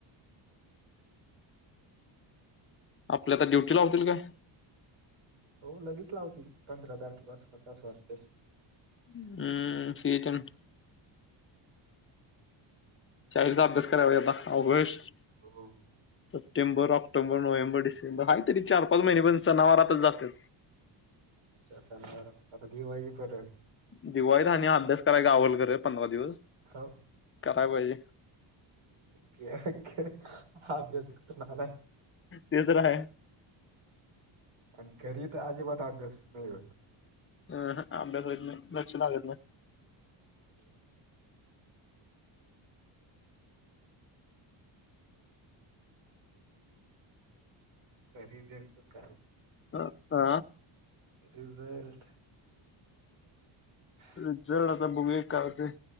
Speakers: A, on the left (about 25°); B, on the right (about 85°).
A: आपली आता ड्युटी लावतील काय?
B: हो लगेच लावतील, पंधरा तारखे पासूनच असं वाटतंय.
A: हम्म, <unintelligible>
B: हम्म <inaudible>
A: शाळेचा अभ्यास कराय पाहिजे आता, अवघड विषय हाय.
B: हो.
A: सप्टेंबर, ऑक्टोबर, नोव्हेंबर, डिसेंबर आहे तरी चार- पाच महिने पण सनावारातच जातात.
B: चार पाच <unintelligible> महिने आता दिवाळी परत.
A: दिवाळीत आणि अभ्यास कराय घावल का रे पंधरा दिवस,
B: हो.
A: कराय पाहिजे.
B: ओके- ओके, अभ्यास करून आलाय.
A: ते तर आहे
B: आणि घरी तर अजिबात अभ्यास नाही होत.
A: अ हां, अभ्यास होईत नाहि, लक्ष लागत नाही.
B: हम्म. घरी गेलतो काल
A: अं हा
B: रिझल्ट हा
A: रिझल्ट आता बघूया काय होतय.